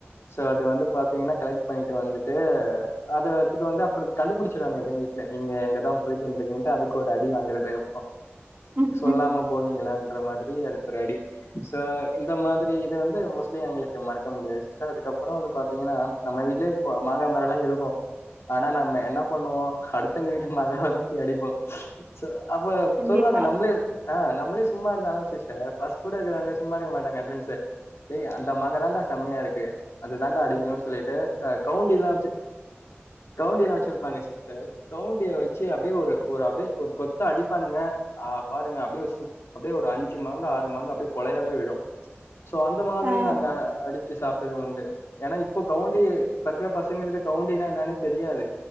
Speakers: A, on the left; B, on the right.
A: சோ அது வந்து பாத்தீங்ன்னா கலெக்ட் பண்ணிட்டு வந்துட்டு அத எடுத்துட்டு வந்து அப்றோ கண்டுபுடிச்சிருவாங்க வீட்ல எப்டியு நீங்க எங்கதா போயிட்டு வந்திருக்கீங்கட்டு அதுக்கு ஒரு அடி வாங்றது அப்பே
B: ம்
A: சொல்லாம
B: ம்,
A: போறிங்லான்ற மாதுரி அதுக்கு அருட் அடி சோ இந்த மாதிரி இத வந்து மோஸ்லி எங்களுக்கு மறக்க முடியாது அதுகப்றோ வந்து பாத்தீங்ன்னா நம்ம வீட்லயே மாங்கா மரோல்லா இருக்கு ஆனா நம்ம என்ன பண்ணுவோ அடுத்தவங்க வீட்டு மாங்காவதா போய் அடிப்போ அப்ப
B: கண்டிப்பா
A: சொல்லுவாங்க நம்ளே நம்ளே சும்மா இருந்தாலு சிஸ்டர் பச கூட இருக்ரவங்க சும்மா இருக்க மாட்டாங்க என் ஃப்ரெண்ட்ஸ் ஏய் அந்த மாங்கா தாடா செம்மைய இருக்கு அது தாடா அடிக்கணு சொல்லிட்டு கவுண்டில்லா வச்சு கவுண்டியல்லா வச்சிருப்பாங்க சிஸ்டர் கவுண்டிய வச் சி அப்டியே ஒரு அப்டியே ஒரு கொத்தா அடிப்பானுங்க பாருங்க அ ப்ப அப்டியே ஒரு அஞ்சு மாங்க ஆறு மாங்க அப்டியே கொழையாவே விழும் சோ அந்த மாதிரி
B: ஆ
A: நாங்க அடிச்சு சாப்டது உண்டு ஏன்னா இப்போ கவுண்டி இப்ப இருக்ற பசங்களுக்கு கவுண்டினா என்னனே தெரியாது